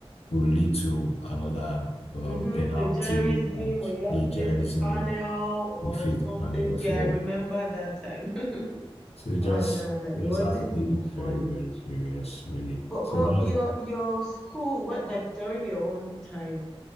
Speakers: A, on the left; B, in the centre.
A: will lead to another um,
B: mm-hmm,
A: penalty
B: plagiarism,
A: and
B: or you have
A: plagiarism.
B: to face the panel or
A: We face
B: something.
A: the panel.
B: Yeah,
A: So
B: I remember that time. <laughs>
A: so you just
B: And uh, it
A: just
B: wasn't
A: have to take
B: even
A: it
B: funny.
A: very, very serious, really.
B: But
A: So
B: but
A: that's
B: your your school, what like during your own time,